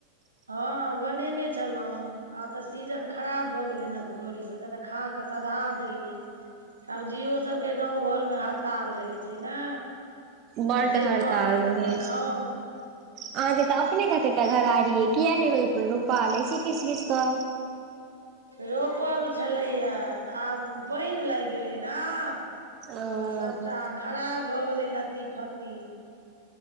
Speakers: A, on the right; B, on the right.
A: हँ बनेने छलहुँ। आब त सीजन खराब भ गेलै ने कुम्हरौरी सबके त खा क सधा देलियै। सब्जियो सबके गाँव घरमे हड़ताल रहै छै ने।
B: बड्ड
A: जे
B: हड़ताल
A: खाउ से
B: रहै
A: त
B: छै
A: खाउ
B: अहाँके त अपने कतेकटा घरारीे अइ किए ने रोइप रोपा लै छी किछ किछ सँ।
A: रोपल छलैया त आब पैन लाइग गेलै न। तऽ
B: ओ
A: सबटा खराब भऽ गेलै लत्ती- फत्ती।